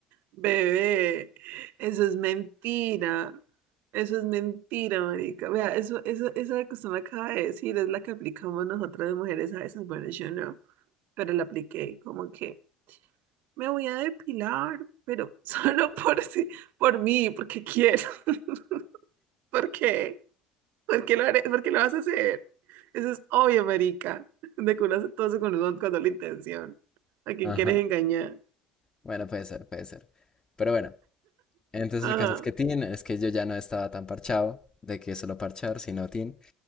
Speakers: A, on the right; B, on the left.
A: bebé, eso es mentira. Eso es mentira, marica. Vea, eso, eso, esa que usted me acaba de decir es la que aplicamos nosotras de mujeres a veces. Bueno, yo no, pero la apliqué como que. Me voy a depilar, pero <laughs> solo por, si- por mí, porque quiero. <laughs> ¿Por qué? ¿Por qué lo haré? ¿Por qué lo vas a hacer? Eso es obvio, marica. De que uno hace todo eso con, un- con doble intención. ¿A quién
B: Ajá.
A: quieres engañar?
B: Bueno, puede ser, puede ser. Pero bueno, entonces
A: Ajá,
B: el caso es que Tin, es que yo ya no estaba tan parchado de que solo parchar, sino Tin.